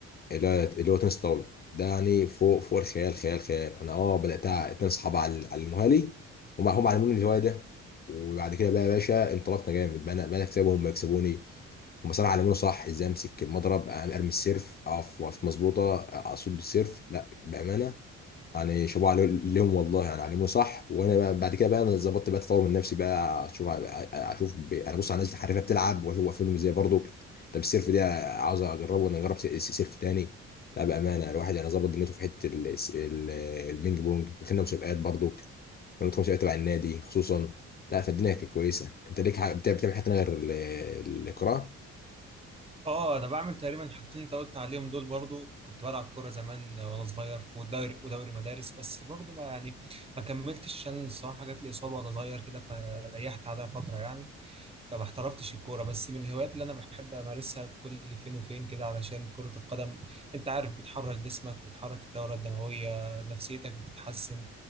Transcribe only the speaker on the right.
اه انا بعمل تقريبا الحاجتين اللي انت قلت عليهم دول برضو كنت بلعب كوره زمان وانا صغير في دوري ودوري مدارس بس برضو ما يعني ما كملتش عشان الصراحه جات لي اصابه وانا صغير كده فريحت عليها فتره يعني فما احترفتش الكوره بس من الهوايات اللي انا بحب امارسها كل فين وفين كده علشان كره القدم انت عارف بتحرك جسمك بتحرك الدوره الدمويه نفسيتك بتتحسن